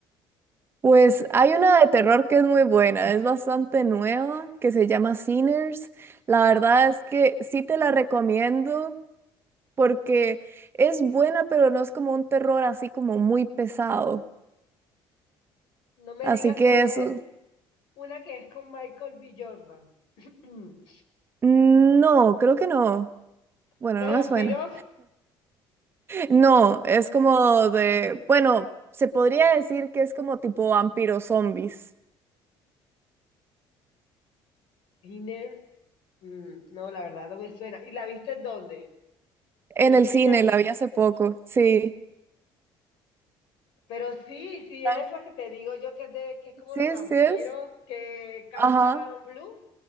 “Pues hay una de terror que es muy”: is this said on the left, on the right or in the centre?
Right